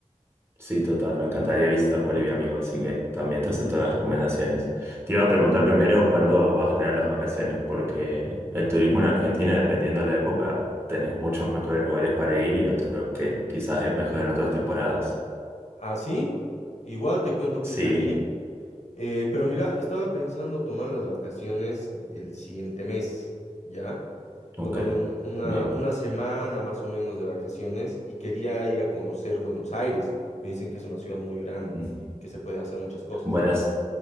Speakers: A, on the right; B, on the left.
A: sí, total, me encantaría visitar Bolivia, amigo, así que también te acepto las recomendaciones. Te iba a preguntar primero cuándo vas a tener las vacaciones, porque el turismo en Argentina, dependiendo de la época, tenés muchos mejores lugares para ir y otros que quizás es mejor en otras temporadas.
B: ¿Ah, sí? Igual te cuento que
A: Sí,
B: es aquí. Eh, pero mira, estaba pensando tomar las vacaciones el siguiente mes, ¿ya?
A: ok,
B: Tomarme un- una,
A: bien.
B: una semana más o menos de vacaciones y quería ir a conocer Buenos Aires. Me dicen que es una ciudad muy grande
A: Mm,
B: y que se puede hacer muchas cosas,
A: Buenas,